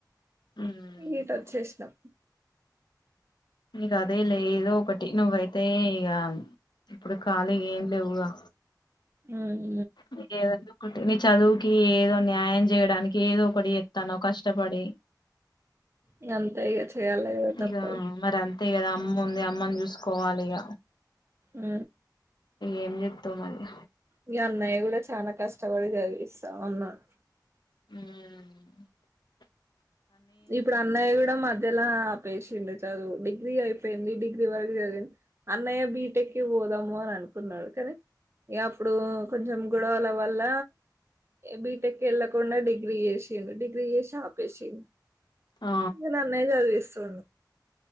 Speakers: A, on the left (about 75°); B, on the right (about 35°).
A: మ్మ్
B: ఈట వచ్చేసినాం
A: నీక అదే లేదో ఒకటి నువ్వైతే ఇక ఇప్పుడు ఖాళీ ఏం లేవుక
B: హమ్
A: నద కొ నిచ చదువు ఏదో న్యాయం చేయడానికి ఏదో ఒకటి ఎస్తానో కష్టపడి
B: ఇగ అంతా ఇక చెయాలిగ తప్పదు
A: ఇక మరి అంతే కదా అమ్మ ఉంది. అమ్మని చూసుకోవాలి ఇగ.
B: ఉ
A: ఏం చెత్తావు మళ్ళీ
B: ఇగ అన్నయ్య కూడా చానా కష్టపడి చదివిస్తా ఉన్నాడ్
A: హ్మ్ ఊ
B: ఇప్పుడు అన్నయ్య కూడా మధ్యలో ఆపేసిండు. చదువు డిగ్రీ అయిపోయింది డిగ్రీ వరకు చదివిం అన్నయ్య బీటెక్ కి పోదం పోల అనుకున్నాడు కదా ఇగ అప్పుడు కొంచెం గొడవలు పళ్ళ బిటెక్ ఎళ్ళకుండా డిగ్రీ చేసిండు డిగ్రీ వేసి ఆపేసిన్
A: ఆ
B: ఇంకా నన్న అయితే తీస్తవ్ ఉన్